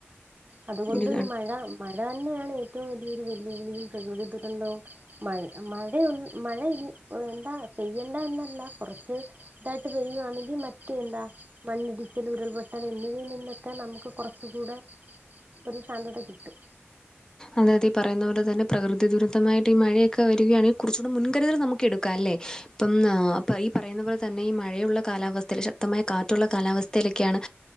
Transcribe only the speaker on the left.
ഒരു
അതായത് പറയുന്ന പോലെ തന്നെ പ്രകൃതി ദുരതമായിട്ട് ഈ മഴയൊക്കെ വരികയാണെ കുറച്ചുകൂടെ മുൻകരുതൽ നമുക്ക എടുക്കാം അല്ലേ ഇപ്പം ഈ പറുന്ന പോലെ തന്നെ ഈ മഴയുള്ള കാലാവസ്ഥയിൽ ശക്തമായ കാറ്റുള്ള കാലാവസ്ഥ ലൊക്കെയാണ്